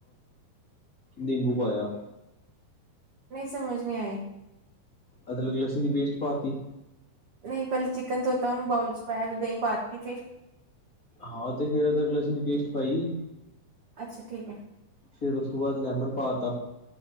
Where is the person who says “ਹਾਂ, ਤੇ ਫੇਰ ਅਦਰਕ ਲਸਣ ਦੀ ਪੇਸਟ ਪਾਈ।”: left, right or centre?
Left